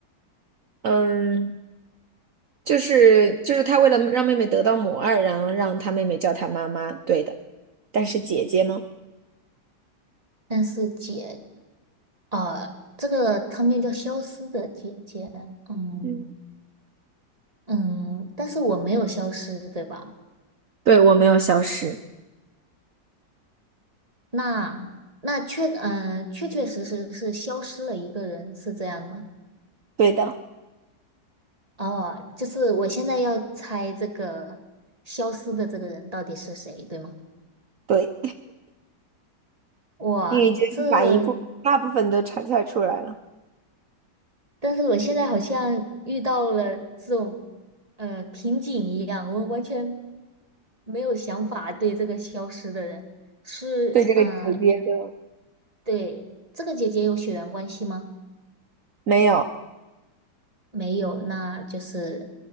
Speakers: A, on the right; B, on the right.
A: 嗯，就是就是他为了让妹妹得到母爱，然后让他妹妹叫他妈妈，对的，但是姐姐呢？
B: 但是姐呃，这个汤面叫消失的姐姐，嗯
A: 嗯，
B: 嗯，但是我没有消失，对吧？
A: 对，我没有消失，
B: 那那确嗯、呃确确实实是消失了一个人，是这样吗？
A: 对的，
B: 哦，就是我现在要猜这个消失的这个人到底是谁，对吗？
A: 对。
B: 哇，
A: 你已经把一部大部分都猜猜出来了，
B: 这但是我现在好像遇到了这种呃瓶颈一样，我完全没有想法对这个消失的人是呃，
A: 对这个姐姐的
B: 对这个姐姐有血缘关系吗？
A: 没有，
B: 没有，那就是